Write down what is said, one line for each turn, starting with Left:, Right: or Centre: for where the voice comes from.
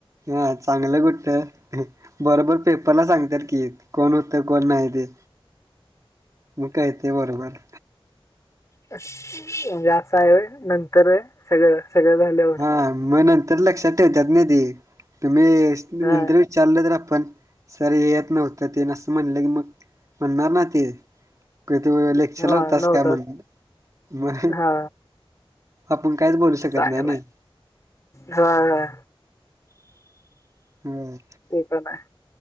Right: हा चांगलं गोष्ट बरोबर पेपरला सांगत की कोण होतं कोण नाही ते मग काय ते बरोबर
Left: म्हणजे असं आहे नंतर आहे सगळ सगळं झाल्यावर
Right: ह म तलक्ष ठेवतत नाही ती मी
Left: हा
Right: विचारलं तर आपण सर येत नव्हत ते असं म्हणलं की मग म्हणणार ना ते क ते लेक्चर
Left: हा
Right: लावतास
Left: नव्हतात
Right: काय म्हण म
Left: हा
Right: आपण कायच बोलू शकत
Left: चांगलं
Right: नाही नाही
Left: हा हा
Right: होय
Left: ते पण आहे